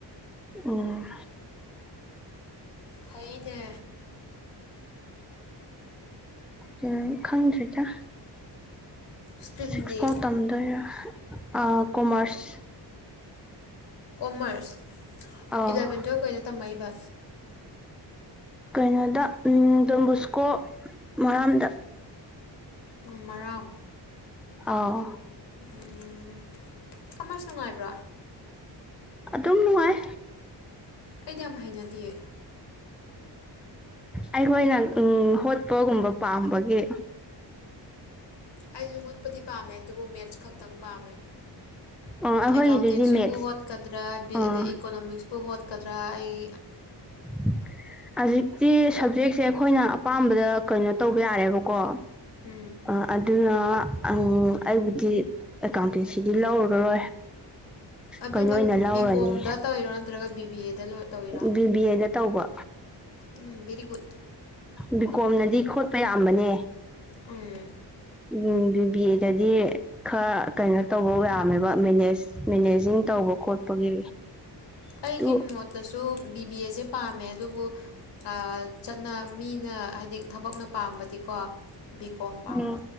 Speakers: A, in the centre; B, on the left.
A: ꯎꯝ꯫
B: ꯐꯩꯅꯦ꯫
A: ꯀꯩꯏꯝ ꯈꯪꯗ꯭ꯔꯤꯗ
B: ꯏꯁꯇ꯭ꯔꯤꯝꯗꯤ
A: ꯁꯤꯛꯁ ꯐꯥꯎ ꯇꯝꯗꯣꯏꯔꯥ꯫ ꯑ ꯀꯣꯃꯔꯁ꯫
B: ꯀꯣꯃꯔꯁ
A: ꯑꯥ
B: ꯏꯂꯚꯦꯟ ꯇꯨꯌꯦꯞ ꯀꯩꯏꯗ ꯇꯝꯃꯛꯏꯕ?
A: ꯀꯩꯅꯣꯗ ꯗꯣꯟꯕꯣꯁꯀꯣ ꯃꯔꯥꯝꯗ꯫
B: ꯎꯝ ꯃꯔꯥꯝ꯫
A: ꯑꯧ꯫
B: ꯎꯝ ꯀꯃꯔꯁ ꯅꯨꯡꯉꯥꯏꯕ꯭ꯔꯣ?
A: ꯑꯗꯨꯝ ꯅꯨꯡꯉꯥꯏ꯫
B: ꯑꯩꯗꯤ ꯌꯥꯝ ꯍꯩꯅꯗꯤꯌꯦ꯫
A: ꯑꯩꯈꯣꯏꯅ ꯍꯣꯠꯄꯒꯨꯝꯕ ꯄꯥꯝꯕꯒꯤ꯫
B: ꯑꯩꯖꯨ ꯍꯣꯠꯄꯗꯤ ꯄꯥꯝꯃꯦ ꯑꯗꯨꯕꯨ ꯃꯦꯠꯁ ꯈꯛꯇꯪ ꯄꯥꯝꯃꯦ꯫
A: ꯑꯥ ꯑꯩꯈꯣꯏꯒꯤꯗꯨꯗꯤ
B: ꯑꯦꯀꯥꯎꯟꯇꯦꯟꯁꯤꯕꯨ
A: ꯃꯦꯠꯁ
B: ꯍꯣꯠꯀꯗ꯭ꯔꯥ ꯕꯤ
A: ꯑꯥ
B: ꯑꯗꯩ ꯏꯀꯣꯅꯣꯃꯤꯛꯁ ꯄꯨ ꯍꯣꯠꯀꯗ꯭ꯔꯥ ꯑꯩ
A: <unintelligible> ꯍꯧꯖꯤꯛꯇꯤ ꯁꯞꯖꯦꯛꯁꯦ ꯑꯩꯈꯣꯏꯅ ꯑꯄꯥꯝꯕꯗ ꯀꯩꯅꯣ ꯇꯧꯕ ꯌꯥꯔꯦꯕꯀꯣ꯫
B: ꯎꯝ
A: ꯑꯥ ꯑꯗꯨꯅ ꯑꯩꯕꯨꯗꯤ, ꯑꯦꯀꯥꯎꯟꯇꯦꯟꯁꯤꯗꯤ ꯂꯧꯔꯔꯣꯏ꯫
B: ꯑꯗꯨ
A: ꯀꯩꯅꯣ
B: ꯅꯪ
A: ꯑꯣꯏꯅ ꯂꯧꯔꯅꯤ
B: ꯕꯤ ꯀꯣꯝꯗ ꯇꯧꯔꯤꯔꯣ, ꯅꯠꯇ꯭ꯔꯒ ꯕꯤ ꯕꯤ ꯑꯦꯗ ꯇꯧꯔꯤꯔꯣ?
A: ꯕꯤ ꯕꯤ ꯑꯦꯗ ꯇꯧꯕ꯫
B: ꯎꯝ ꯕꯤꯔꯤꯒꯨꯠ꯫
A: ꯕꯤꯀꯣꯝꯅꯗꯤ ꯈꯣꯠꯄ ꯌꯥꯝꯕꯅꯦ꯫
B: ꯎꯝ꯫
A: ꯎꯝ ꯕꯤ ꯕꯤ ꯑꯦ ꯗꯗꯤ ꯈꯔ ꯀꯩꯅꯣ ꯇꯧꯕ ꯌꯥꯝꯃꯦꯕ ꯃꯦꯅꯦꯖ꯫ ꯃꯦꯅꯦꯖꯤꯡ ꯇꯧꯕ ꯈꯣꯠꯄꯒꯤ꯫ ꯑꯗꯨ
B: ꯑꯩꯒꯤ ꯃꯣꯠꯇꯁꯨ ꯕꯤ ꯕꯤ ꯑꯦ ꯖꯦ ꯄꯥꯝꯃꯦ ꯑꯗꯨꯕꯨ ꯑ ꯆꯠꯅ ꯃꯤꯅ ꯍꯥꯏꯗꯤ ꯊꯕꯛꯅ ꯄꯥꯝꯕꯗꯤꯀꯣ ꯕꯤ ꯀꯣꯝ ꯄꯥꯝꯕ꯫
A: ꯎꯝ